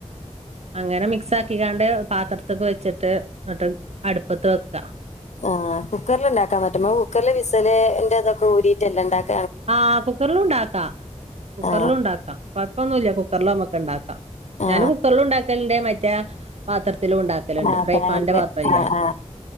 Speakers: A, on the right; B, on the left.
A: അങ്ങനെ മിക്സ് ആക്കിക്കാണ്ട് പാത്രത്തൊക്കെ വെച്ചിട്ട്- എന്നിട്ട് അടുപ്പത്ത് വെക്കാ
B: ഓ കുക്കറിൽ ഉണ്ടാക്കാൻ പറ്റുമ അ കുക്കറിൽ വിസലന്റെ ഇതൊക്കെ ഊരിയിട്ട്ല്ലാംണ്ടാക്ക-
A: ആഹ കുക്കറിലും ഉണ്ടാക്കാം കുക്കറിലും
B: ആ
A: ഉണ്ടാക്കാം കൊഴപ്പൊന്നുമല്ല കുക്കറിൽ നമുക്ക് ഉണ്ടാക്കാം
B: ആ
A: ഞാൻ കുക്കറില- ഉണ്ടാക്കലിന്റെ- പാത്രത്തില ഉണ്ടാക്കലുണ്ട്
B: ആ
A: ഫ്രൈപന്റെ
B: പാനില്
A: പാത്രല്ല
B: ആ ആ